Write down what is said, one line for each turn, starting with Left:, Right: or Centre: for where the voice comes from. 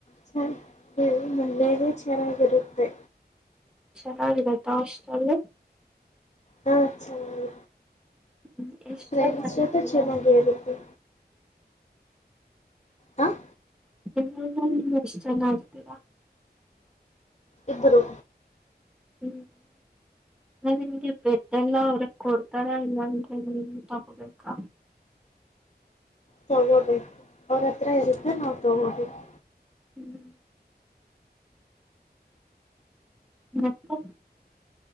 Left: ಚ ಏನ್ ಮನೆಲೆ ಚೆನ್ನಾಗಿರುತ್ತೆ.
Centre: ಚೆನ್ನಾಗಿರುತ್ತಾ ಹಾಸ್ಟಲು.
Left: ಹಾ ಚೆನಾಗಿರುತ್ತೆ
Centre: ಹ್ಮ್ ಎಷ್ಟ್
Left: ಫ್ರೆಂಡ್ಸ್
Centre: ಜನ ಆಗ್ತೀರಾ
Left: ಜೊತೆ ಚೆನ್ನಾಗೆ ಇರುತ್ತೆ. ಹಾಂ
Centre: ಒಂದ್ ರೂಮಲ್ಲಿ ನೀವ್ ಎಷ್ಟ್ ಜನ ಇರ್ತಿರ.
Left: ಇಬ್ರು
Centre: ಹ್ಮ್ ನಿಮ್ಗೆ ಬೆಡ್ ಎಲ್ಲ ಅವ್ರೇ ಕೊಡ್ತಾರ ಇಲ್ಲ ಅಂದ್ರೆ ನೀವೆ ತಗೋಬೇಕಾ.
Left: ತಗೋಬೇಕು ಅವರತ್ರ ಇರುತ್ತೆ ನಾವ್ ತಗೋಬೇಕು
Centre: ಹ್ಮ್ ಮತ್ತೆ